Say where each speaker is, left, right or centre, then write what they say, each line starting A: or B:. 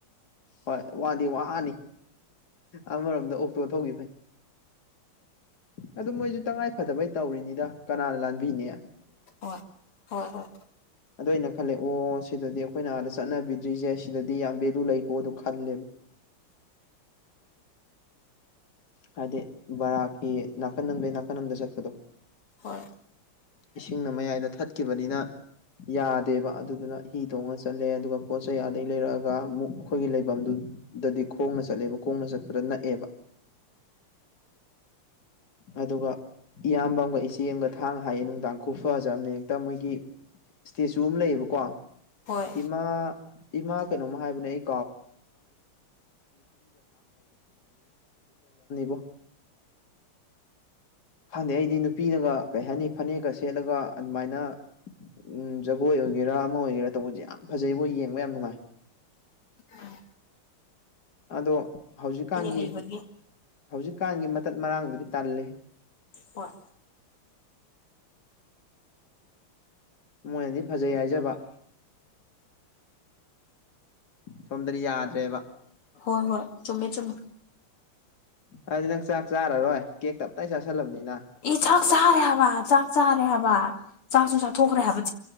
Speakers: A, on the left; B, on the left.
A: ꯍꯣꯏ ꯋꯥꯗꯤ ꯋꯥꯅꯤ ꯑꯃꯔꯣꯝꯗ ꯑꯣꯛꯇꯣ ꯊꯧꯈꯤ ꯐꯩ ꯑꯗꯨ ꯃꯣꯏꯁꯨ ꯇꯉꯥꯏ ꯐꯗꯕꯩ ꯇꯧꯔꯤꯅꯤꯗ ꯀꯅꯥꯅ ꯂꯥꯟꯕꯤꯅꯦ
B: ꯍ ꯍꯣꯏ ꯍꯣꯏ
A: ꯑꯗꯨꯗ ꯑꯩꯅ ꯈꯜꯂꯦ ꯑꯣ ꯁꯤꯗꯗꯤ ꯑꯩꯈꯣꯏꯅ ꯑꯥꯗ ꯆꯠꯅꯕꯤꯗ꯭ꯔꯤꯁꯦ ꯁꯤꯗꯗꯤ ꯌꯥꯝ ꯚꯦꯂꯨ ꯂꯩꯀꯣ ꯑꯗꯨ ꯈꯜꯂꯦꯕ ꯍꯥꯏꯗꯤ ꯔꯀꯤ ꯅꯅꯥꯀꯅ ꯅꯅꯥꯀꯅꯗ ꯆꯠꯀꯗꯣ
B: ꯍꯣꯏ
A: ꯏꯁꯤꯡꯅ ꯃꯌꯥꯏꯗ ꯊꯠꯈꯤꯕꯅꯤꯅ ꯌꯥꯗꯦꯕ ꯑꯗꯨꯗꯨꯅ ꯐꯤ ꯊꯣꯡꯉ ꯆꯠꯂꯦ ꯑꯗꯨꯒ ꯄꯣꯠ ꯆꯩ ꯑꯗꯒꯤꯩ ꯂꯩꯔꯛꯑꯒ ꯑꯃꯨꯛ ꯑꯩꯈꯣꯏꯒꯤ ꯂꯩꯐꯝꯗꯨꯗꯗꯤ ꯈꯣꯡꯅ ꯆꯠꯂꯦꯕ ꯈꯣꯡ ꯍꯣꯡꯅ ꯆꯛꯄꯗ ꯅꯛꯑꯦꯕ ꯑꯗꯨꯒ ꯏꯌꯥꯝꯕ ꯑꯃꯒ ꯏꯆꯦ ꯑꯃꯒ ꯊꯥꯡ ꯍꯥꯏꯌꯦ ꯅꯨꯡ ꯗꯥꯡꯈ ꯐꯖꯕꯅꯦ ꯍꯦꯛꯇ ꯃꯣꯏꯒꯤ ꯏꯁꯇꯦꯆꯨ ꯑꯃ ꯂꯩꯌꯦꯕꯀꯣ
B: ꯍꯣꯏ
A: ꯏꯃꯥ ꯏꯃꯥ ꯀꯩꯅꯣꯃ ꯍꯥꯏꯕꯅꯦ ꯑꯩ <unintelligible> ꯈꯪꯗꯦ ꯑꯩꯗꯤ ꯅꯨꯄꯤꯅꯒ ꯀꯩ ꯍꯥꯏꯅꯤ ꯐꯅꯦꯛꯒꯁ ꯁꯦꯠꯂꯒ ꯑꯗꯨꯃꯥꯏꯅ ꯎꯝ ꯖꯒꯣꯏ ꯑꯣꯏꯒꯦꯔꯥ ꯑꯃ ꯑꯣꯏꯒꯦꯔꯥ ꯇꯧꯕꯁꯦ ꯌꯥꯝ ꯐꯖꯩꯕꯣꯏ ꯌꯦꯡꯕ ꯌꯥꯝ ꯅꯨꯡꯉꯥꯏ
B: ꯎꯝ
A: ꯑꯗꯣ ꯍꯧꯖꯤꯛꯀꯥꯟꯒꯤ
B: ꯍꯩꯕꯒꯤ
A: ꯍꯧꯖꯤꯛꯀꯥꯟꯒꯤ ꯃꯇꯠ ꯃꯔꯥꯡꯗꯨꯗꯤ ꯇꯜꯂꯦ
B: ꯍꯣꯏ
A: ꯃꯣꯏꯅꯗꯤ ꯐꯖꯩ ꯍꯥꯏꯖꯕ ꯁꯣꯝꯗꯗꯤ ꯌꯥꯗ꯭ꯔꯦꯕ
B: ꯍꯣꯏ ꯍꯣꯏ ꯆꯨꯝꯃꯦ ꯆꯨꯝꯃꯦ
A: ꯑꯗꯨꯗꯤ ꯅꯪ ꯆꯥꯛ ꯆꯥꯔꯔꯣꯏ ꯀꯦ ꯇꯞꯇꯥꯏ ꯆꯥꯥꯁꯜꯂꯕꯅꯤꯅ
B: ꯑꯦ ꯆꯥꯛ ꯆꯥꯔꯦ ꯍꯥꯏꯕ ꯆꯥꯛ ꯆꯥꯔꯦ ꯍꯥꯏꯕ ꯆꯥꯛꯁꯨ ꯆꯥꯛꯊꯣꯛꯈ꯭ꯔꯦ ꯍꯥꯏꯕ